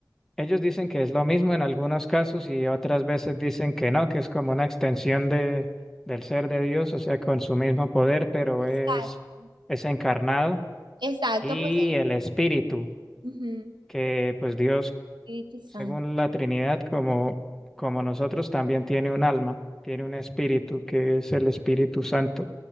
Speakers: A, in the centre; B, on the right.
A: ellos dicen que es lo mismo en algunos casos y otras veces dicen que no, que es como una extensión de, del ser de Dios, o sea, con su mismo poder, pero es,
B: Exacto,
A: es encarnado
B: exacto,
A: y
B: pues...
A: el Espíritu,
B: ujú,
A: que pues Dios
B: Espíritu Santo.
A: Según la Trinidad, como, como nosotros, también tiene un alma, tiene un espíritu que es el Espíritu Santo.